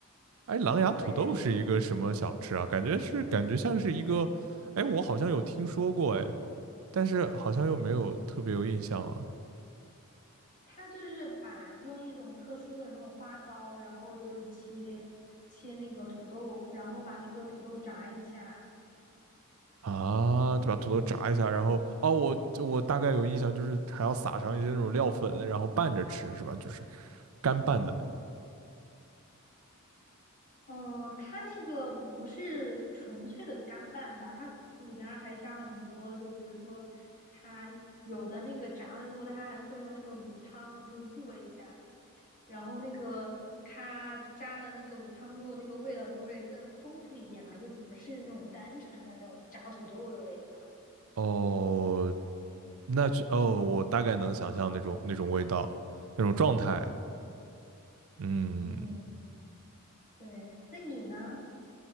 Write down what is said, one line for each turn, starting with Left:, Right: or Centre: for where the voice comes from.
Right: 哎，狼牙土豆是一个什么小吃啊？
Left: 对，它也
Right: 感觉是感觉像是一个，哎，我好像有听说过，哎，但是好像又没有特别有印象了。
Left: 它就是把用一种特殊的那种花刀，然后就是切切那个土豆，然后把那个土豆炸一下。
Right: 啊，就把土豆炸一下，然后哦，我我大概有印象，就是还要撒上一些那种料粉，然后拌着吃，是吧？就是干拌的那种。
Left: 嗯，它那个不是纯粹的干拌吧？它里边儿还加了很多，就是比如说，它有的那个炸了之后，它还会用那个卤汤就是过一下，然后那个它加了那个卤汤之后，那个味道就会更丰富一点嘛，就不是那种单纯的那种炸土豆的味道。
Right: 哦，那是哦，我大概能想象那种那种味道，那种状态。嗯，
Left: 嗯，对。那你呢？